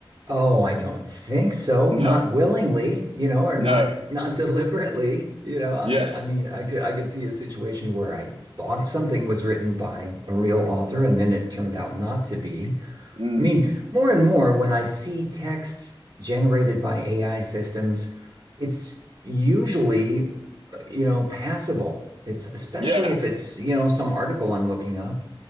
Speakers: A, on the right; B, on the right.
A: Oh, I don't think so.
B: No,
A: Not willingly, you know, or
B: no,
A: not not <laughs> deliberately, you know, on
B: yes,
A: the, I mean, I could I could see a situation where I thought something was written by a real author and then it turned out not to be.
B: mm,
A: I mean, more and more when I see text generated by AI systems, it's usually, you know, passable. It's especially
B: yeah,
A: if it's, you know, some article I'm looking up